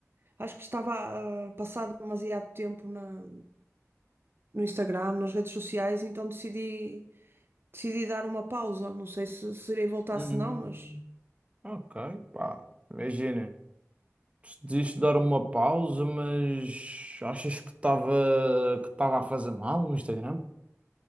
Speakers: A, on the right (about 45°); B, on the right (about 25°).
A: Acho que estava ah, passado demasiado tempo na, no Instagram, nas redes sociais, então decidi, decidi dar uma pausa. Não sei se, se irei voltar,
B: Hum,
A: se não, mas.
B: ok, pá, imagina. Decidiste dar uma pausa, mas achas que estava que estava a fazer mal no Instagram?